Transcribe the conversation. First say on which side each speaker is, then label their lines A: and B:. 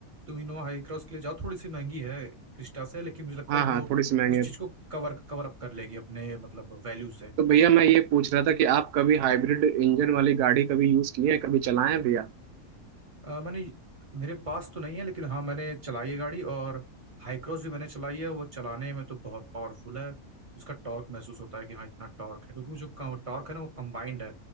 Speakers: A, on the right; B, on the right.
A: तुम इनोवा हाई क्रॉस के लिए जाओ थोड़ी सी महंगी है क्रिस्टा से लेकिन मुझे लगता
B: हाँ
A: है कि
B: हाँ
A: वो
B: थोड़ी सी महंगी
A: उस
B: है
A: चीज को कवर कवर अप कर लेगी अपने मतलब वैल्यू से
B: तो भैया मैं ये पूछ रहा था कि आप कभी हाइब्रिड इंजन वाली गाड़ी कभी यूज़ किए हैं कभी चलाएं हैं भैया
A: अ, मैंने मेरे पास तो नहीं है लेकिन हाँ मैंने चलाई है गाड़ी और हाई क्रॉस भी मैंने चलाई है वो चलाने में तो बहुत पावरफुल है उसका टॉर्क महसूस होता है कि हाँ इतना टॉर्क है क्योंकि वो जो टॉर्क है ना वो कंबाइंड है